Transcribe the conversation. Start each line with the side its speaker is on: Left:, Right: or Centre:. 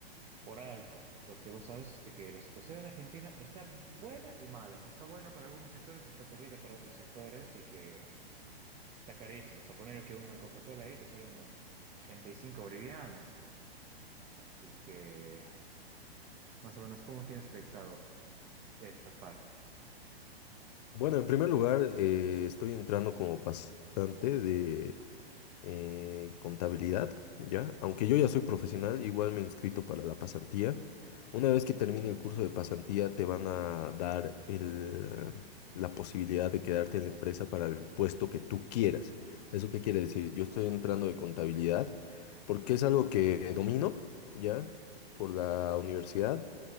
Right: por alto, porque vos sabes este, que la situación en Argentina está buena y mala, o sea, está buena para algunos sectores y está terrible para otros sectores y que Está carísimo. O sea, poner que una Coca-Cola ahí te sale unos 35 bolivianos. Así que, más o menos, ¿cómo tienes proyectado esa parte?
Left: Bueno, en primer lugar, eh, estoy entrando como pasante eh, contabilidad, ¿ya? Aunque yo ya soy profesional, igual me he inscrito para la pasantía. Una vez que termine el curso de pasantía, te van a dar el, la posibilidad de quedarte en la empresa para el puesto que tú quieras. ¿Eso qué quiere decir? Yo estoy entrando de contabilidad porque es algo que domino, ¿ya? Por la universidad.